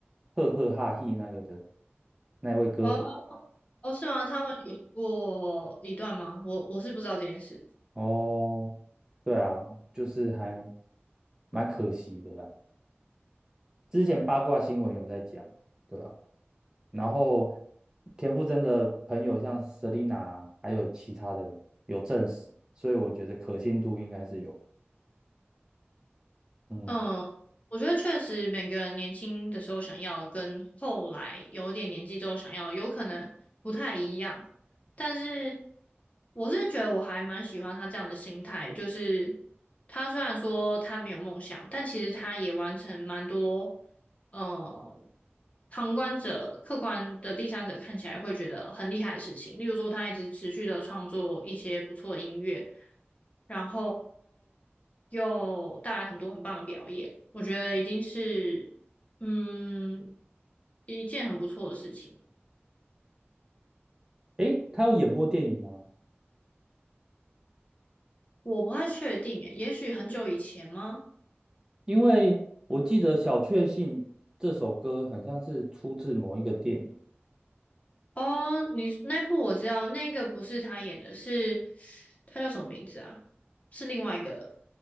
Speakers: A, on the right; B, on the left.
A: 赫赫哈嘿那个的那一位歌手。
B: 哦哦，是吗？他们有过一段吗？我我是不知道这件事。
A: 哦，对啊，就是还蛮可惜的啦。之前八卦新闻有在讲，对啊，然后田馥甄的朋友像 Selina 还有其他的有证实，所以我觉得可信度应该是有。嗯，
B: 嗯，我觉得确实每个人年轻的时候想要跟后来有一点年纪之后想要有可能不太一样，但是我是觉得我还蛮喜欢他这样的心态，就是他虽然说他没有梦想，但其实他也完成蛮多，呃，旁观者、客观的第三者看起来会觉得很厉害的事情，例如说他一直持续的创作一些不错的音乐，然后。又带来很多很棒的表演，我觉得已经是嗯一件很不错的事情。
A: 诶，他有演过电影吗？
B: 我不太确定诶，也许很久以前吗？
A: 因为我记得《小确幸》这首歌很像是出自某一个电影。
B: 哦，你那部我知道，那个不是他演的是，他叫什么名字啊？是另外一个